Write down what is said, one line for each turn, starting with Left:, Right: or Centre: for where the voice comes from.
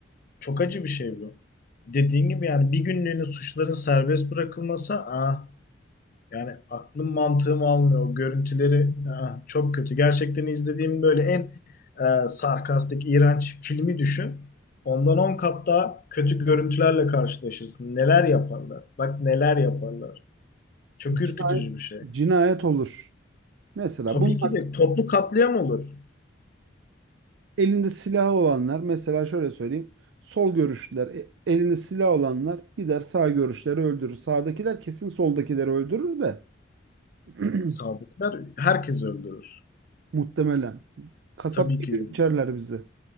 Left: Çok acı bir şey bu. Dediğin gibi yani bir günlüğüne suçların serbest bırakılması ah yani aklım mantığım almıyor. O görüntüleri ah, çok kötü. Gerçekten izlediğim böyle en e, sarkastik, iğrenç filmi düşün. Ondan 10 kat daha kötü görüntülerle karşılaşırsın. Neler yaparlar? Bak neler yaparlar. Çok ürkütücü
Right: Cina-
Left: bir şey.
Right: Cinayet olur. Mesela
Left: Tabii
Right: bunlar
Left: ki de toplu katliam olur.
Right: elinde silahı olanlar, mesela şöyle söyleyeyim, sol görüşlüler, e- elinde silah olanlar gider sağ görüşleri öldürür. Sağdakiler kesin soldakileri öldürür de. <clears throat>
Left: Sadıklar herkes öldürür.
Right: Muhtemelen. Kasap
Left: Tabii
Right: gibi
Left: ki de.
Right: biçerler bizi.